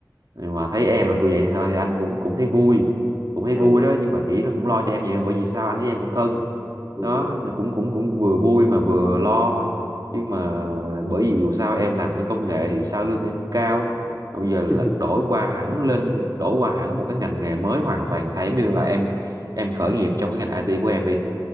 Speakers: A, on the right; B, in the centre.
A: nhưng mà thấy em là cô vậy thôi thì anh cũng cũng thấy vui cũng thấy
B: ừ,
A: vui đó nhưng mà nghĩ nó cũng lo cho em nhiều bởi vì sao anh với em cũng thân đó
B: ừ.
A: là cũng cũng cũng vừa vui mà vừa lo nhưng mà bởi vì dù sao em làm cái công nghệ thì sao lương em cũng cao Mà bây giờ là
B: <laughs>
A: đổi qua hẳn lên đổi qua hẳn một cái ngành nghề mới hoàn toàn thay giống như là em em khởi nghiệp trong cái ngành IT của em đi